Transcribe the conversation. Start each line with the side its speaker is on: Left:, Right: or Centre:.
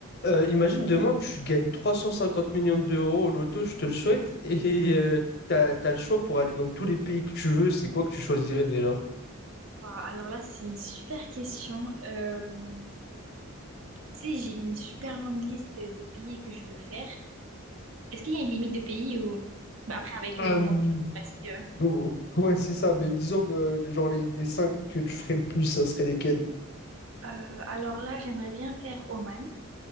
Left: Euh, imagine demain, tu gagnes 350 millions d'euros au loto, je te le souhaite, et euh, t'as, t'as le choix pour aller dans tous les pays que tu veux. C'est quoi que tu choisirais déjà?
Right: Wow, alors là, c'est une super question. Euh, tu sais, j'ai une super longue liste de pays que je veux faire. Est-ce qu'il y a une limite de pays ou Bah, après avec
Left: Euh,
Right: euh, le monde climatique, euh.
Left: bon, <laughs> ouais, c'est ça. Mais disons, euh, genre, les, les cinq que tu ferais le plus, ça serait lesquels?
Right: Euh, alors là, j'aimerais bien faire Oman.